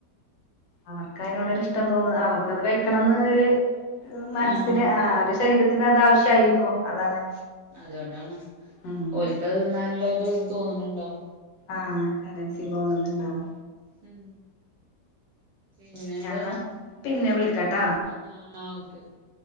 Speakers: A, on the left; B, on the right.
A: അവർക്കയ്നോടൊരിഷ്ടം തോന്നും അവർക്കത് കഴിക്കണന്ന് എഹ് മനസ്സിന്
B: ആഹ്
A: ആ അവരുടെ ശരീര ത്തിനതാവശ്യായിരിക്കും. അതാണ്
B: അതോണ്ടാണ്
A: ഉം
B: ഓല്ക്കത് തിന്നാനുള്ളൊര്ത് തോന്ന്ണ് ണ്ടാവും.
A: ആഹ് ടെൻറ്റൻസി തോന്ന്ന്ന്ണ്ടാവും
B: ഉം പിന്നെന്തന്നാ
A: ഞാൻന്നാ പിന്നെ
B: ന്നയ്ക്കോട്ടെ
A: വിളിക്കാട്ടോ
B: ആഹ് ആഹ് ഓക്കെ ഓക്കെ